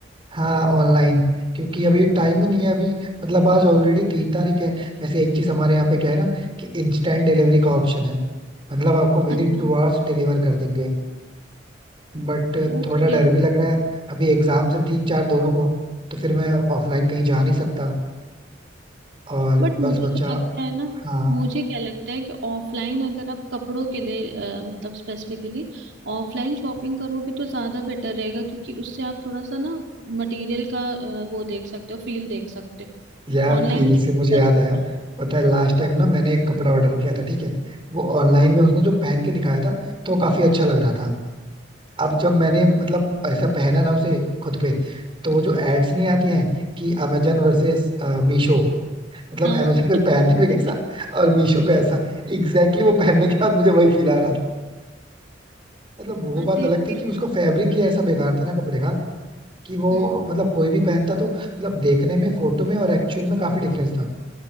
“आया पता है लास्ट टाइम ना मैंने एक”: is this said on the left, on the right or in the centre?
Right